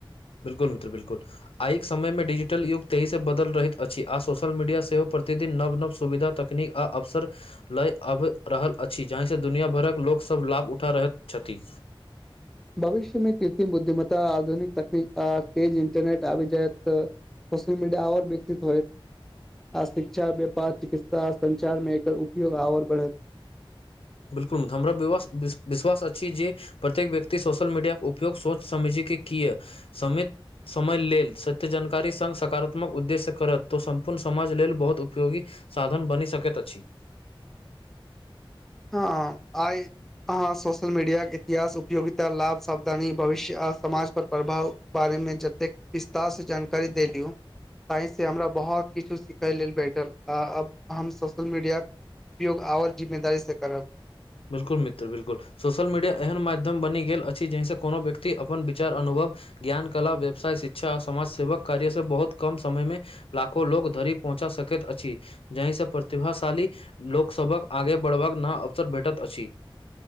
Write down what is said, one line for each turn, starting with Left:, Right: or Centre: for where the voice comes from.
Left: बिल्कुल मित्र बिल्कुल आयक समयमे डिजिटल युग ताहिसँ बदल रहैत अछि आ सोशल मीडिया सेहो प्रतिदिन नव-नव सुविधा तकनीक आ अवसर लय आबि रहल अछि जाहिसँ दुनिया भरक लोक सब लाभ उठा रहल छथि
Centre: भविष्यमे कृत्रिम बुद्धिमता आधुनिक तकनीक तेज इंटरनेट आबि जायत तऽ सोशल मीडिया आओर विकसित होइत आ शिक्षा व्यापार चिकित्सा संचारमे एकर उपयोग आओर बढ़त
Left: बिल्कुल हमरा विवश विश विश्वास अछि जे प्रत्येक व्यक्ति सोशल मीडियाक उपयोग सोच समझि के किए समित समय लेल सत्य जानकारी संग सकारात्मक उद्देश्य करत तऽ सम्पूर्ण समाज लेल बहुत उपयोगी साधन बनि सकैत अछि
Centre: ह आइ अहाँ सोशल मीडियाके इतिहास उपयोगिता लाभ सावधानी भविष्य आ समाज पर प्रभाव बारे मे जतेक विस्तारसँ जानकारी देलियौ ताहिसँ हमरा बहुत किछु सिखय लेल भैठल आ अब हम सोशल मीडिया उपयोग आओर जिम्मेदारी से करब
Left: बिल्कुल मित्र बिल्कुल सोशल मीडिया एहन माध्यम बनि गेल अछि जाहिसँ कोनो व्यक्ति अपन विचार अनुभव ज्ञानकला व्यवसाय शिक्षा आ समाज सेवक कार्य से बहुत कम समय मे लाखो लोक धरि पहुँचा सकैत अछि जाहिसँ प्रतिभाशाली लोकसभक आगे बढ़बाक ना भेटत अछि